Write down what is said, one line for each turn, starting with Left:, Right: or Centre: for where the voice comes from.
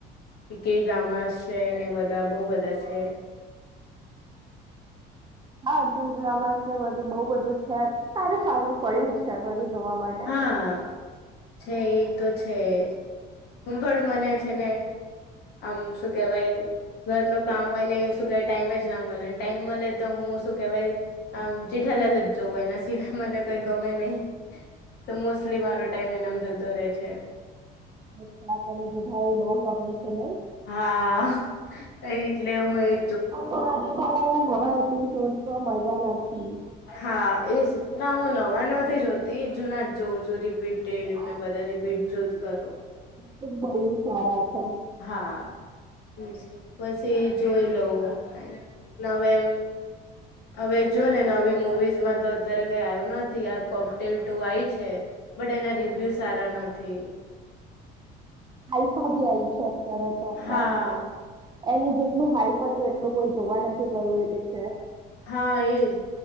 Left: કે ડ્રામાસ છે ને બધા બઉ બધા છે.
Right: હા કે ડ્રામા સા ને બધું બહુ બધું છે સારું સારું પડ્યું છે બધું જોવા માટ
Left: હા છે એ તો છે હું પણ મને છે ને આમ શું કેહેવાય ઘર નો કામ હોય ને શું કહેવાય ટાઈમે જ ના મળે ટાઈમ મળે તો હું શું કહેવાય આમ જેઠાલાલ જ જવું એના સિવાય મને કોઈ ગમે નહી. તો મોસ્ટલી મારો ટાઈમ એનામ જતો રહે છે.
Right: <unintelligible> તને જેઠાલાલ એ બહુ ગમાય છે ને.
Left: હા એટલે હોય
Right: <unintelligible> નવા એપિસોડ છે એ મજા નથી.
Left: હા એ જ ના હું નવા નથી જોતી જુના જ જોઉં છું રિ રપીડને
Right: આ
Left: બધા રિપીટ જોત કરું.
Right: તે બહુ સારા છે.
Left: હા એજ પછી જોઈ લાવું. નવેમ હવે જો ને નવી મુવીઝમાં તો અત્યારે કઈ આવ્યું નથી આ કોકટેલ ટુ આઈ છે. બટ એના રિવ્યુ સારા નથી.
Right: આલ્ફા બી આવીય છે અત્યારે તો
Left: હા
Right: પણ એનું જેટલું હાઈપ હતું એટલું કોઈ જોવા નથી ગયું એ પિક્ચર.
Left: હા એજ